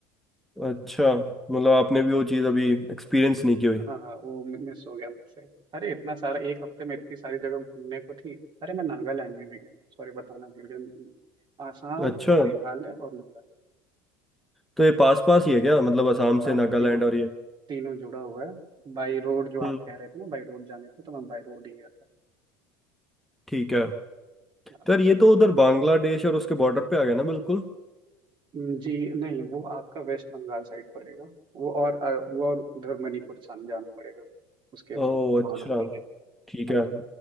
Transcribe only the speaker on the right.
हाँ हाँ वो मिस हो गया मुझसे अरे इतना सारा एक हफ्ते में इतनी सारी जगह घूमने को थी अरे मैं नागालैंड में भी गया सॉरी बताना भूल गया आसाम
मेघालय और नागालैंड
हाँ
हाँ तीनों
तीनों जुड़ा हुआ है बाई रोड जो
आप कह रहे थे ना बाई रोड जाने को तो मैं बाई रोड ही गया था
हाँ।
हम्म, जी नहीं वो आपका वेस्ट बंगाल साइड पड़ेगा वो और अ, वो और उधर मणिपुर जान- जाना पड़ेगा उसके
बॉर्डर
के लिए
हाँ
जी